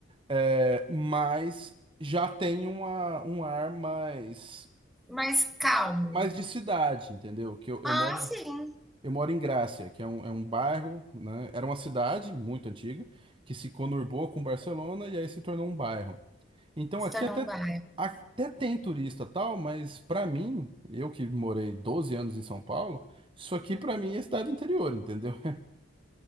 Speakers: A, on the right; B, in the centre.
A: eh, mas já tem uma, um ar mais
B: Mais calmo.
A: mais de cidade, entendeu? Que eu, eu
B: Ah,
A: moro, em-
B: sim.
A: eu moro em Grácia, que é um, é um bairro, né? Era uma cidade muito antiga que se conurbou com Barcelona e aí se tornou um bairro. Então
B: Se
A: aqui
B: tornou
A: até,
B: um bar.
A: até tem turista tal, mas pra mim, eu que morei 12 anos em São Paulo, isso aqui pra mim é cidade do interior, entendeu? <laughs>